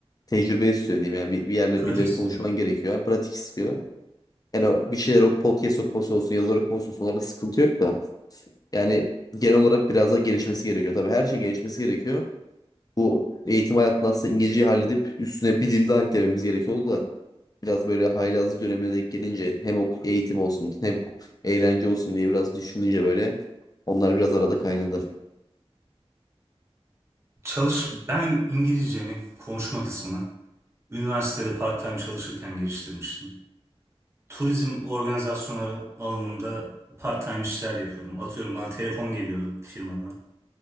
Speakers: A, on the left; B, on the right.
A: Tecrübe istiyor diyeyim yani bir, bir yerle
B: Pratik
A: birileri
B: istiyorum.
A: konuşman gerekiyor. Yani pratik istiyor. Yani o- bir şeyler o podcast okuması olsun, yazar okuması olsun onlarda sıkıntı yok da. Yani genel olarak biraz daha gelişmesi gerekiyor. Tabii her şey gelişmesi gerekiyor. Bu eğitim hayatında aslında İngilizceyi halledip üstüne bir dil daha eklememiz gerekiyordu da biraz böyle haylazlık dönemine denk gelince hem ok- eğitim olsun hem eğlence olsun diye biraz düşününce böyle onlar biraz arada kaynadı.
B: Çalış, ben İngilizcemi, konuşma kısmını üniversitede part-time çalışırken geliştirmiştim. turizm organizasyonları alanında part-time işler yapıyordum. Atıyorum bana telefon geliyordu firmadan.